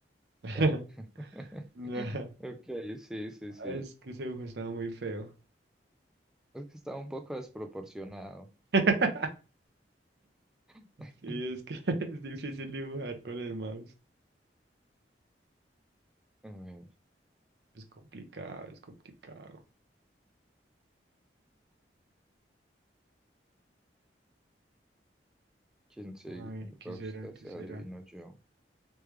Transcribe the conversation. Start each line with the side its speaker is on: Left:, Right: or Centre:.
Right: <laughs>
Centre: Ya. Ya. <laughs>
Right: Nah,
Centre: Ok, sí, sí, sí.
Right: Es que ese dibujo estaba muy feo.
Centre: Es que estaba un poco desproporcionado.
Right: <laughs>
Centre: <laughs>
Right: Sí, es que <laughs> es difícil dibujar con el mouse.
Centre: A ver,
Right: Es complicado, es complicado.
Centre: ¿quién se
Right: A ver, ¿qué
Centre: va
Right: será?
Centre: usted?
Right: ¿Qué
Centre: Se
Right: será?
Centre: adivino yo.